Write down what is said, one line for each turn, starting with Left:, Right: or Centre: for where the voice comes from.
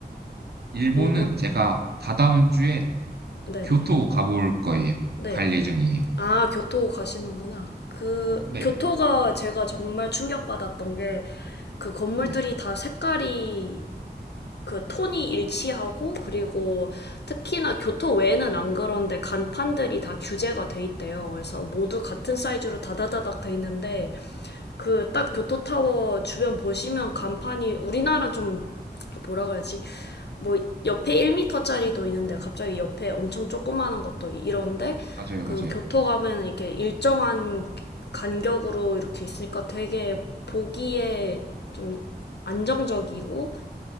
Right: 일본은
Left: 일본?
Right: 제가 다다음 주에
Left: 네네.
Right: 교토 가볼 거예요.
Left: 네.
Right: 갈 예정이에요.
Left: 아, 교토 가시는구나. 그,
Right: 네.
Left: 교토가 제가 정말 충격받았던 게 그 건물들이
Right: 네,
Left: 다 색깔이 그 톤이 일치하고 그리고 특히나 교토 외에는 안 그런데 간판들이 다 규제가 돼 있대요. 그래서 모두 같은 사이즈로 다다다닥 돼 있는데 그 딱 교토 타워 주변 보시면 간판이 우리나라 좀 뭐라 그러지? 뭐 옆에 1터짜리도 있는데 갑자기 옆에 엄청 조그마한 것도 이런데
Right: 맞아요,
Left: 그
Right: 맞아요.
Left: 교토 가면 이렇게 일정한 간격으로 이렇게 있으니까 되게 보기에 좀 안정적이고